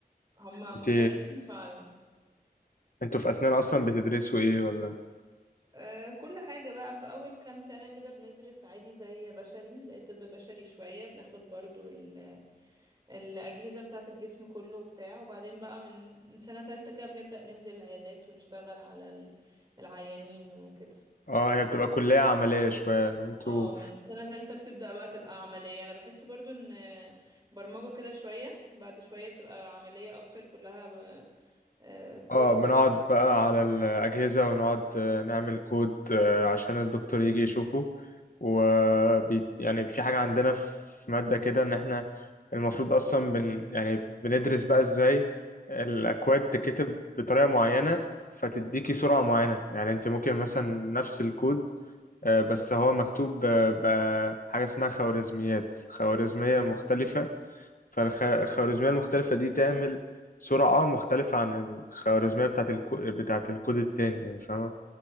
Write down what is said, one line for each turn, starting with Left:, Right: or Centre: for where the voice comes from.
Right: هما مختلفين
Left: انت
Right: فعلا
Left: انتوا في اسنان اصلا بتدرسوا ايه ولا
Right: أه كل حاجة بقى في اول كام سنة كده بندرس عادي زي بشري زي طب بشري شوية بناخد برضو ال- الاجهزة بتاعة الجسم كله وبتاع وبعدين بقى من من سنة تالتة كده بنبدأ ننزل العيادات ونشتغل على ال- العيانين وكده
Left: اه هي بتبقى كلية عملية شوية ان انتوا
Right: اه من سنة تالتة بتبدأ بقى تبقى عملية أنا بحس برضو إن برمجة كده شوية بعد شوية بتبقى عملية أكتر كلها ب...
Left: اه
Right: بروجكت
Left: بنقعد بقى على الأجهزة ونقعد آه، نعمل كود آه، عشان الدكتور يجي يشوفه وبي يعني في حاجة عندنا في مادة كده إن إحنا المفروض أصلا بن يعني بندرس بقى إزاي الأكواد تتكتب بطريقة معينة فتديكي سرعة معينة يعني أنت ممكن مثلا نفس الكود آه، بس هو مكتوب آه، بحاجة اسمها خوارزميات خوارزمية مختلفة فالخوارزمية المختلفة دي تعمل سرعة مختلفة عن الخوارزمية بتاعت الكو... بتاعت الكود التاني يعني فاهمة